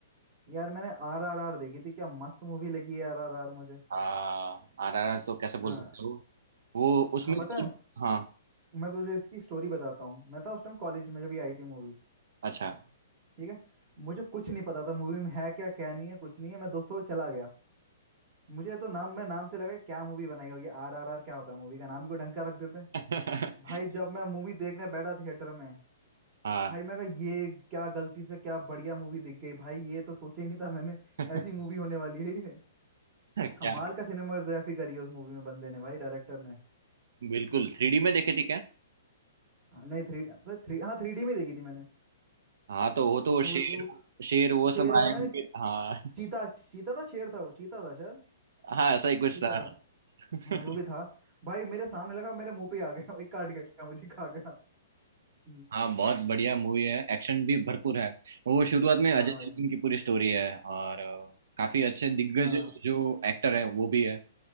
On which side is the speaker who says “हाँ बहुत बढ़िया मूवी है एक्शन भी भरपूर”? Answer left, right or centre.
Right